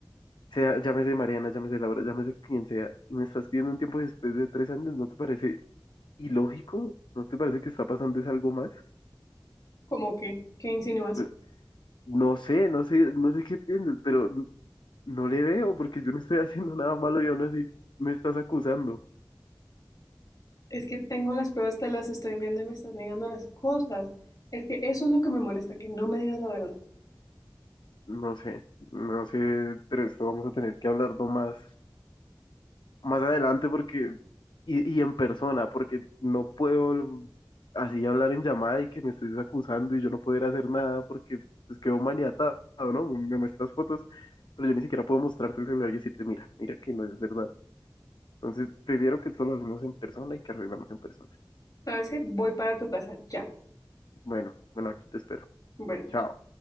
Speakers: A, on the left; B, on the left.
A: Sea, llámese Mariana, llámese Laura, llámese quien sea, y me estás pidiendo un tiempo después de tres años, ¿no te parece ilógico? ¿No te parece que está pasando es algo más?
B: ¿Cómo que? ¿Qué insinúas?
A: Pe- No sé, no sé, no sé qué piensas, pero n- no le veo porque yo no estoy <laughs> haciendo nada malo y aún así me estás acusando.
B: Es que tengo las pruebas, te las estoy enviando y me estás negando las cosas. Es que eso es lo que me molesta, que no me digas la verdad.
A: No sé, no sé, pero esto vamos a tener que hablarlo más más adelante porque, y, y en persona, porque no puedo así hablar en llamada y que me estés acusando y yo no poder hacer nada porque pues quedo maniatado, ¿no? Me muestras fotos, pero yo ni siquiera puedo mostrarte el celular y decirte, mira, mira que no es verdad. Entonces, prefiero que solo hablemos en persona y que arreglemos en persona.
B: ¿Sabes qué? Voy para tu casa ya.
A: Bueno, bueno, aquí te espero.
B: Bueno.
A: Chao.